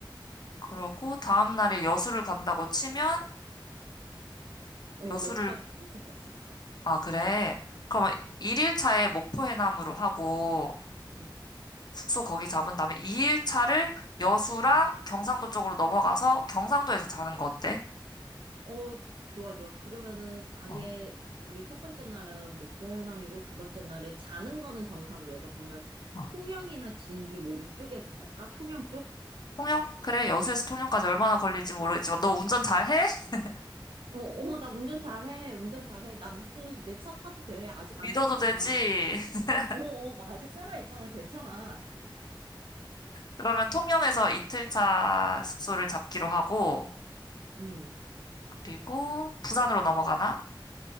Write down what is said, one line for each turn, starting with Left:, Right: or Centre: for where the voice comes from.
Left: 그러고 다음 날에 여수를 간다고 치면
Right: 어,
Left: 여수를
Right: 여수까지 충분히 갈 수 있어.
Left: 아 그래. 그러면
Right: 음,
Left: 일일차에 목포 해남으로 하고
Right: 음.
Left: 숙소 거기 잡은 다음에 2일차를 여수랑 경상도 쪽으로 넘어가서 경상도에서 자는 거 어때?
Right: 어, 좋아, 좋아. 그러면은 아예
Left: 어.
Right: 우리 첫 번째 날은 목포 해남이고 두 번째 날은 자는 거는 경상도에서 그러면
Left: 어.
Right: 통영이나 진주 뭐 이쪽에서 잘까? 통영 쪽?
Left: 통영? 그래, 여수에서 통영까지 얼마나 걸릴지 모르겠지만, 너 운전 잘해? <laughs>
Right: 어, 어, 나 운전 잘해. 운전 잘해. 나 믿고 내 차 타도 돼. 아직 안
Left: 믿어도
Right: 죽었잖아.
Left: 되지? <laughs>
Right: 어, 어, 나 아직 살아있잖아. 괜찮아.
Left: 그러면 통영에서 이틀차 숙소를 잡기로 하고,
Right: 음.
Left: 그리고 부산으로 넘어가나?